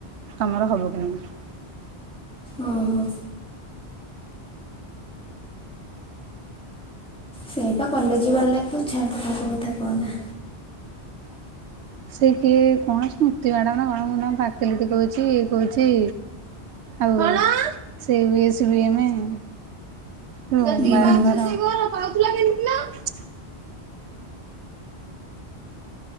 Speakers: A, on the right; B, in the centre.
A: ତମର ହବ କି ନାହିଁ।
B: ଉଁ ହୁଁ। ସେଇ ବା କଲେଜ ବାଲା କୁ ନା ତାଙ୍କ କଥା କହନା।
A: ସେ କିଏ କଣ ସ୍ମୃତି ମ୍ୟାଡ଼ାମ ନା କଣ ମ ନା ପାକିଲିଟି କହୁଛି ଇଏ କହୁଛି ଆଉ ସେ ବିଏସ ବି ଏ ମ୍। <unintelligible>
B: ହୁଁ ହୁଁ